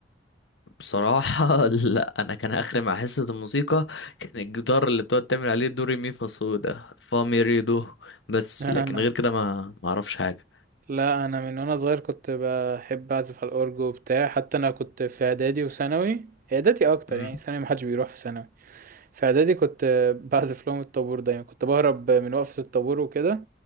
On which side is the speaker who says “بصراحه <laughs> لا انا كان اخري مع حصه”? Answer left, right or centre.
Left